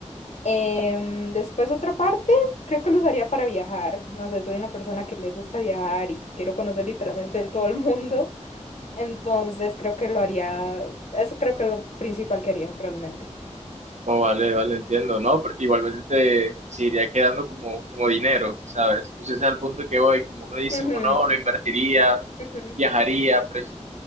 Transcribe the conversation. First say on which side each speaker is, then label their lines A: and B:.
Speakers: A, on the left; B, on the right.
A: Em, después otra parte, creo que lo usaría para viajar. No sé, soy una persona que le gusta viajar y quiero conocer literalmente todo el mundo. Entonces creo que lo haría, eso creo que es lo principal que haría realmente.
B: Oh, vale, vale, entiendo, ¿no? Pero igualmente te seguiría quedando como, como dinero, ¿sabes? Entonces ese es el punto que voy, como uno dice,
A: Ujú,
B: como no, lo invertiría,
A: ujú,
B: viajaría, pero